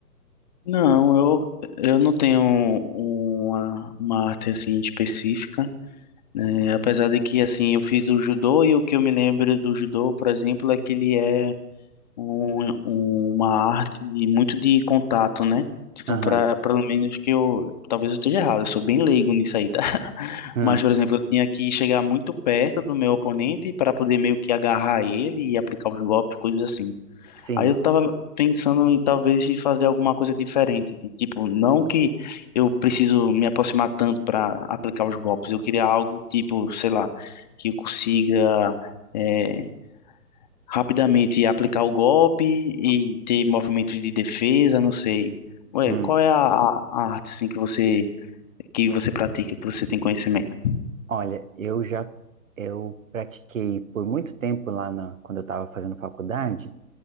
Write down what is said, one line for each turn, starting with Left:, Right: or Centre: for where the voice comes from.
Left: Não, eu, eu não tenho uma, uma arte assim específica, né? Apesar de que assim eu fiz o judô e o que eu me lembro do judô, por exemplo, é que ele é um- uma arte de- muito de contato, né? Tipo,
Right: Aham.
Left: pra, pelo menos que eu. Talvez eu esteja errado, eu sou bem leigo nisso aí, tá? <laughs>
Right: Hum.
Left: Mas, por exemplo, eu tinha que chegar muito perto do meu oponente para poder meio que agarrar ele e aplicar os golpes, coisas assim.
Right: Sim.
Left: Aí eu tava pensando em talvez em fazer alguma coisa diferente. de Tipo, não que eu preciso me aproximar tanto para aplicar os golpes. Eu queria algo tipo, sei lá, que eu consiga. eh, rapidamente aplicar o golpe e ter movimentos de defesa, não sei. Ué,
Right: Hum.
Left: qual é a, a a arte assim que você que você pratica, que você tem conhecimento?
Right: Olha, eu já eu pratiquei por muito tempo lá na, quando eu estava fazendo faculdade,